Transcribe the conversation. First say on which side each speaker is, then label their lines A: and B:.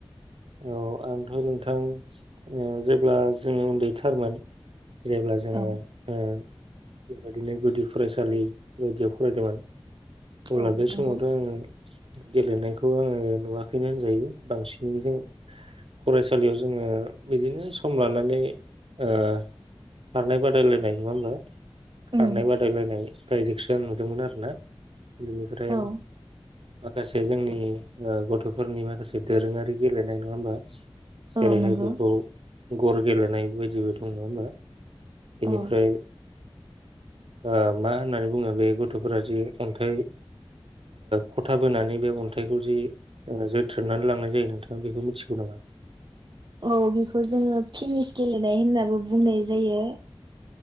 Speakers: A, on the right; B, on the right.
A: औ आंथ' नोंथां ओ जेब्ला जोङो उन्दैथारमोन जेब्ला जोङो
B: औ
A: ओ बेबायदिनो गुदि फरायसालि बायदियाव फरायदोंमोन अब्ला
B: औ
A: बे समावथ
B: नंगौ
A: आङो गेलेनायखौ आङो नुवा खैनो होनजायो बांसिनै जों फरायसालियाव जोङो बिदिनो सम लानानै ओ खारनाय बादायलायनाय नङा होनबा खारनाय
B: उम
A: बादायलायनाय बायदिखौसो आं नुदोंमोन आरो ना बिनिफ्राय
B: औ
A: माखासे जोंनि ओ गथ'फोरनि माखासे दोरोङारि गेलेनाय नङा होमबा जेरैहाय
B: औ नंगौ
A: बेखौ गर गेलेनाय बायदिबो दं नङा होमबा बेनिफ्राय
B: औ
A: ओ मा होननानै बुङो बे गथ'फोरा जि अन्थाइ खथा बोनानै बे अन्थाइखौ जि जोथ्रोननानै लांनाय जायो नोंथाङा बेखौ मिथिगौ नामा
B: औ बेखौ जोङो फेनिस गेलेनाय होननाबो बुंनाय जायो